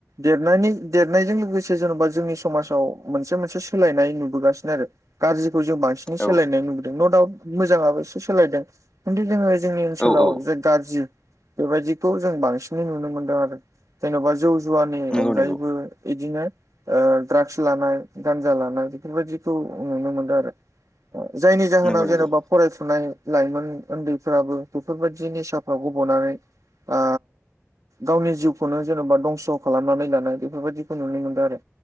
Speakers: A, on the right (about 85°); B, on the left (about 15°).
A: देरनायनि देरनायजों लोगोसे जेन'बा जोंनि समाजाव मोनसे मोनसे सोलायनाय। नुबोगासिनो आरो गाज्रिखौ जों बांसिनै सोलायनाय
B: औ
A: नुबोदों न' दाउट मोजाङाबो एसे सोलायदों। खिन्थु जोङो जोंनि ओनसोलाव।
B: औ औ
A: गाज्रि बेबायदिखौ जों बांसिनै नुनो मोनदों आरो जेन'बा। जौ जुवानि
B: नंगौ
A: अनगायैबो
B: नंगौ
A: बिदिनो द्रागस लानाय गान्जा लानाय। बेफोरबायदिखौ नुनो मोनदों आरो जायनि जाहोनाव
B: नंगौ नंगौ
A: जेनेबा। फरायफुनाय लाइमोन उन्दैफोराबो बेफोरबायदि निसाफ्राव गब'नानै। आ। गावनि जिउखौनो जेनेबा दंस' खालामनानै लानाय बेफोरबायदिखौ नुनो मोनदों आरो।